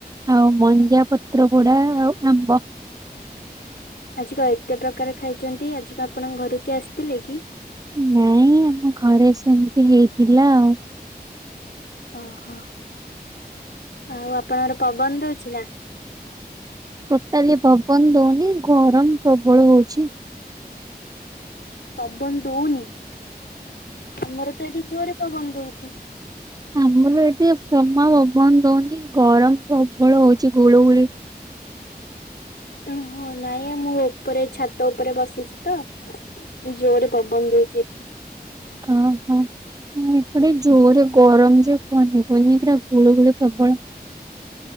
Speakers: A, on the right; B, on the left.
A: ଆଉ ମଞ୍ଜା ପତ୍ର ପୋଡା ଆଉ ଆମ୍ବ।
B: ଆଜି କ ଏତେ ପ୍ରକାର ଖାଇଛନ୍ତି ଆଜି କ ଆପଣଙ୍କ ଘରୁକୁ କିଏ ଆସିଥିଲେ କି।
A: ନାଇଁ ଆମ ଘରେ ସେମିତି ହେଇଥିଲା ଆଉ।
B: ଓହୋ ଆଉ ଆପଣ ହର ପବନ ଦଉଛି ନା।
A: ଟୋଟାଲି ପବନ ଦଉନି ଗରମ ପ୍ରବଳ ହଉଛି।
B: ପବନ ଦଉନି ଆମର ତ ଏଠି ଜୋରେ ପବନ ଦଉଚି।
A: ଆମର ଏଠି ଯମା ପବନ ହଉନି ଗରମ ପ୍ରବଳ ହଉଛି ଗୁଳୁଗୁଳି।
B: ଉ ହୋ ନାଇଁ ମୁଁ ଉପରେ ଛାତ ଉପରେ ବସିଛି ତ। ଜୋରେ ପବନ ଦଉଚି ଏଠି।
A: ଓ ହୋ। ହଁ ଏପଟେ ଜୋରେ ଗରମ ଯେ କୁହନି କୁହନି ପୁରା ଗୁଳୁ ଗୁଳି ପ୍ରବଳ।